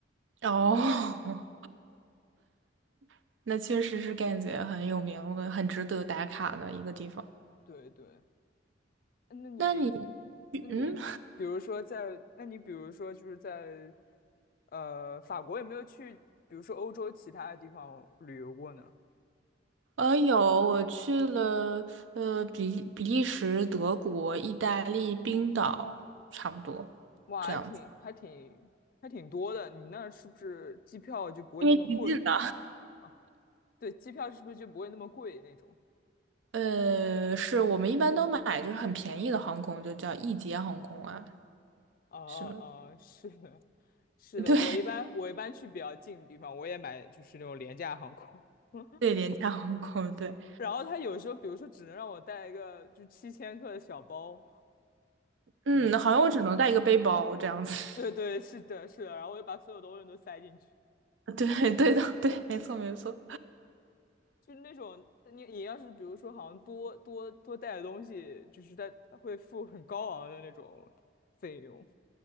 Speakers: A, on the right; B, on the left.
A: 哦，<laughs> 那确实是感觉很有名的，很值得打卡的一个地方。
B: 对对，那你
A: 那你，
B: 那你比如说在那你比如说就是在
A: 嗯。
B: 呃法国有没有去比如说欧洲其他的地方旅游过呢？
A: 呃，有，我去了，呃，比比利时、德国、意大利、冰岛，差不多这样子。
B: 哇，还挺还挺还挺多的，你那儿是不是机票就不会那么贵
A: 因为挺近的。
B: 啊？对，机票是不是就不会那么贵那种？
A: 呃，是我们一般都买就是很便宜的航空，就叫易捷航空啊，
B: 哦哦，
A: 是吧？
B: 是的，是的，
A: <laughs> 对
B: 我一般我一般去比较近的地方，我也买就是那种廉价航空，<laughs>
A: 对，廉价航空，对。
B: 然后他有时候比如说只能让我带一个就七千克的小包
A: 嗯，
B: 那种，
A: 好像我只能带一个背包这样子。
B: 对对，是的，是的，然后我就把所有东西都塞进去，
A: <laughs> 对对的，对，没错没错。
B: 就是那种你你要是比如说好像多多多带的东西，就是它它会付很高昂的那种费用，